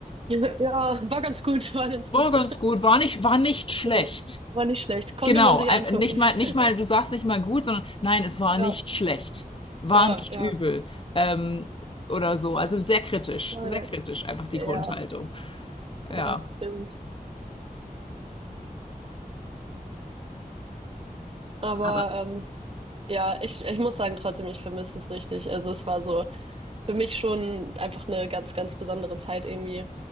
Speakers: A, on the right; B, on the left.
A: <laughs> ja, war ganz gut, <laughs> war ganz
B: War
A: gut.
B: ganz gut, war nicht, war nicht schlecht.
A: So, war nicht schlecht. Konnte
B: Genau,
A: man sich
B: äh,
A: angucken.
B: nicht mal, nicht
A: <laughs>
B: mal, du sagst nicht mal gut, sondern nein, es war
A: Ja,
B: nicht schlecht, war
A: ja,
B: nicht
A: ja.
B: übel, ähm, oder so. Also sehr kritisch,
A: Voll.
B: sehr kritisch einfach die
A: Ja,
B: Grundhaltung. Ja.
A: ja, stimmt. Aber
B: Aber
A: ähm, ja, ich, ich muss sagen, trotzdem, ich vermisse es richtig. Also es war so für mich schon einfach eine ganz, ganz besondere Zeit irgendwie.